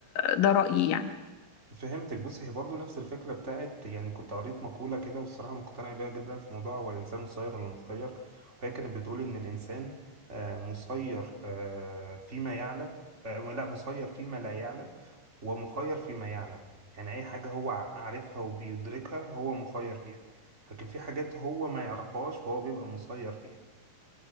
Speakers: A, on the left; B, on the right.
A: ده رأيي يعني
B: فهمتك بص هي برضو نفس الفكرة بتاعت يعني كنت قريت مقولة كده والصراحة مقتنع بيها جدا في موضوع هو الإنسان مسير ولا مخير وهي كانت بتقول إن الإنسان آه، مسير آه، فيما يعلم آه، لا مسير فيما لا يعلم ومخير فيما يعلم يعني أي حاجة هو ع- عارفها وبيدركها هو مخير فيها لكن في حاجات هو ما يعرفهاش فهو بيبقى مسير فيها